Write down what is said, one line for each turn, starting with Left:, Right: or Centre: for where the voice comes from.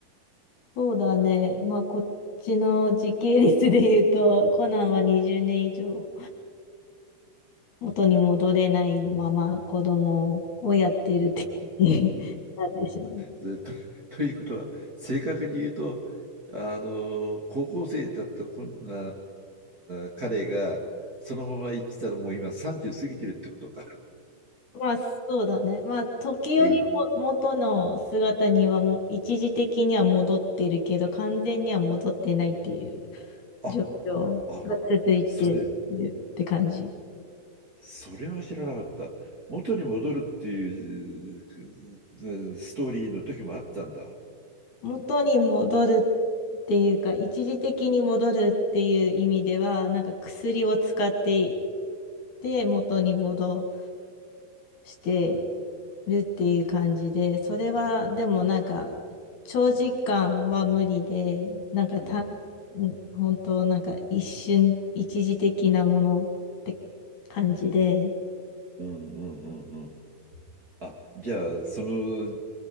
Left: そうだね。まあ、こっちの時系列で言うと、コナンは20年以上元に戻れないまま子供をやってるって感じになってしまう。
Right: ずっ <laughs> と、ということは、正確に言うと、あの、高校生だったこんあー彼が、そのまま行ってたらもう今30過ぎてるってことか。
Left: まあ、そうだね。まあ、時折も元の姿にはもう一時的には戻ってるけど、
Right: うん。
Left: 完全には戻ってないっていう
Right: あ、
Left: 状況が続いているって感じ。
Right: あ、それ、それは知らなかった。元に戻るっていうえーストーリーの時もあったんだ。
Left: 元に戻るっていうか、一時的に戻るっていう意味では、なんか薬を使っていて、元に戻して、るっていう感じで、それはでもなんか長時間は無理で、なんかた
Right: うん。
Left: ん本当なんか一瞬、一時的なものって感じで、
Right: うんうんうんうん。あ、じゃあその